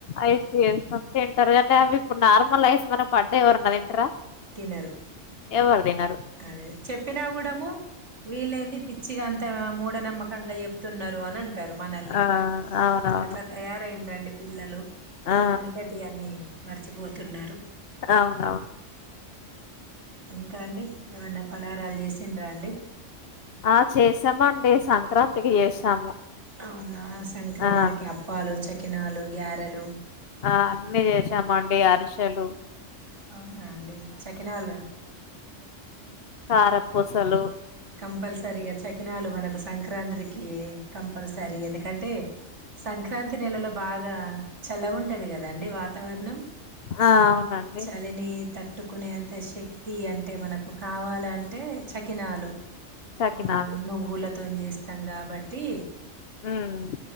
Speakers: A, on the left; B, on the right.
A: ఐస్ ది ఏసుకొని తింటారు కానీ అవి ఇప్పుడు నార్మల్ ఐస్ మన ప దె ఎవరన్నా తింటరా
B: తినరు
A: ఎవరు తినరు
B: అదే చెప్పినా గుడము వీలైంది పిచ్చిగా అంత మూఢనమ్మకంగా చెప్తున్నరు అని అంట అంటారు మానల్ని
A: ఆ అవునవును
B: అట్ల తయారయి రండి పిల్లలు
A: ఆ
B: ఎనికటి అన్నియు మరిచపోతు తున్నారు
A: అవునవున్
B: ఇంకా అండి ఏమన్నప్ పలారాలు చేసిండ్ర అండి
A: ఆ చేసామండి సంక్రాంతికి చేసాము
B: అవున సంక్రాంత్రికి
A: ఆ
B: అప్పాలు చక్క కినాలు గ్యారెలు
A: ఆ అన్నిీ చేసామండి అరిసెలు
B: అవునా అండి చకినాలు
A: కారపూసలు
B: కంపల్సరీగా చకినాలు మనకు సంక్రాంత్రికి కంపల్సరీ ఎందుకంటే సంక్రాంతి నెలలో బాగా చల్లగ ఉంటది కదాండి వాతావరణం
A: ఆ అవునండి
B: చలిని తట్టుకునేంత శక్తి అంటే మనకు కావాల అంటే చకినాలు
A: సకినాలు
B: ఆ నువ్వుల తోన్ చేస్త ఇష్టం కాబట్టి
A: ఉమ్